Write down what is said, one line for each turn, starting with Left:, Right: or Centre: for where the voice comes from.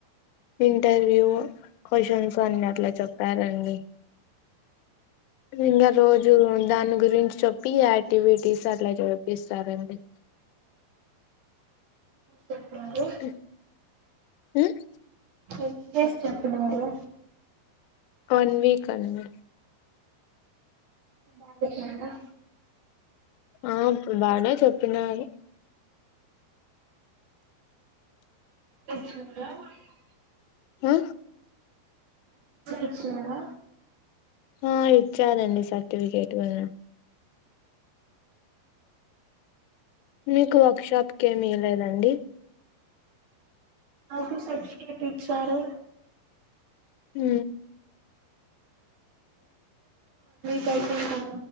Left: interview, questions అన్ని అట్లా చెప్పారండి. ఇంగా రోజు దాని గురించి చెప్పి. యాక్టీవీటీస్ అట్లా చేపిస్తారండి.
Right: చెప్పినారు
Left: ఉహ్ ఉహ్
Right: ఏ చేసి చెప్నరు
Left: వన్ వీక్ అన్క్
Right: బాగా చెప్పినారా
Left: ఆ బాగా చెప్పినారు
Right: చె
Left: ఆ
Right: ఇచ్చినార
Left: ఆ ఇచ్చదండి సర్టిఫికేట్ కూడా మీకు వర్క్షాప్కి ఏమిీయలేదండి
Right: నాకు సర్టిఫికెట్ ఇచ్చారు
Left: హ
Right: కాయితు క